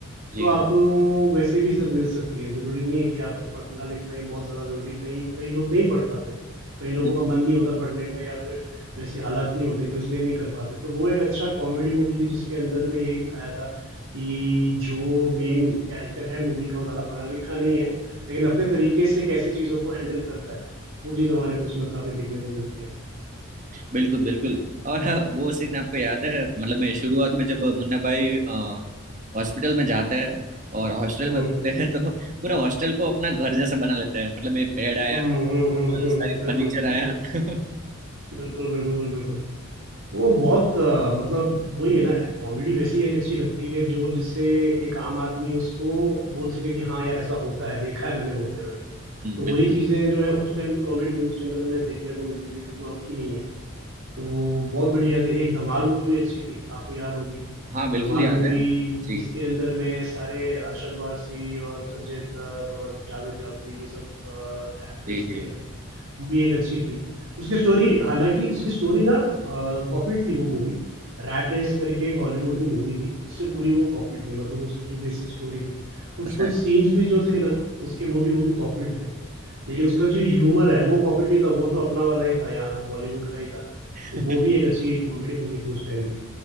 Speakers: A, on the right; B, on the right.
A: जी
B: तो आपको वैसे भी इज़्ज़त मिल सकती है, ज़रूरी नहीं है कि आपको पढ़ना-लिखना ही बहुत ज़्यादा ज़रूरी है, कई कई लोग नहीं पढ़ पाते, कई लोगों
A: <laughs>
B: का मन नहीं होता पढ़ने का या फिर वैसी हालात नहीं होती तो इसलिए नहीं कर पाते। तो वो एक अच्छा कॉमेडी मूवी थी जिसके अंदर में यही दिखाया था कि जो मेन कैरेक्टर है मूवी का वो ज़्यादा पढ़ा-लिखा नहीं है, लेकिन अपने तरीके से कैसे चीज़ों को हैंडल करता है, वो चीज़ हमारे को उसमें काफ़ी देखने को मिलती है।
A: बिल्कुल बिल्कुल और हाँ, वो सीन आपको याद है मतलब मैं शुरुआत में जब मुन्ना भाई हॉस्पिटल में जाते हैं और हॉस्टल
B: हुँ।
A: में रहते हैं तो पूरा हॉस्टल को अपना घर जैसा बना लेते हैं मतलब एक बेड आया
B: हुँ, हुँ, हुँ,
A: और
B: हुँ।
A: सारी
B: बिल्कुल,
A: फर्नीचर आया
B: बिल्कुल।
A: <laughs> हम्म
B: बिल्कुल, बिल्कुल, बिल्कुल। वो बहुत अ, मतलब वही है ना कॉमेडी वैसी अच्छी लगती है जो जिससे एक आम आदमी उसको बोल सके कि हाँ यार ऐसा होता है देखा है मैंने होते हुए तो
A: बिल्कुल
B: वही चीज़ें जो है उस टाइम भी कॉमेडी मूवीज के अंदर में देखने को मिलती थी जो अब की नहीं है तो बहुत बढ़िया थी एक धमाल मूवी भी अच्छी थी आपको याद होगी
A: हाँ बिल्कुल
B: धमाल
A: याद
B: मूवी
A: है जी
B: जिसके अंदर में सारे अरशद वारसी और संजय दत्त और जावेद जाफरी ये सब एक्टर्स
A: जी जी
B: थे वो भी एक अच्छी थी। उसकी स्टोरी हालाँकि उसकी स्टोरी ना अ, कॉपीड थी वो मूवी। रैट रेस करके एक हॉलीवुड की मूवी थी, उससे पूरी वो कॉपीड थी मतलब उसकी जो बेसिक स्टोरी थी। कुछ-कुछ
A: ऐसा है
B: सीन्स भी जो थे ना, उसके वो भी वो भी कॉपीड थे। लेकिन उसका जो ह्यूमर है, वो कॉपीड नहीं था, वो तो अपना वाला ही था, यहाँ का बॉलीवुड का ही था।
A: <laughs>
B: तो वो भी एक अच्छी कॉमेडी मूवी थी उस टाइम की।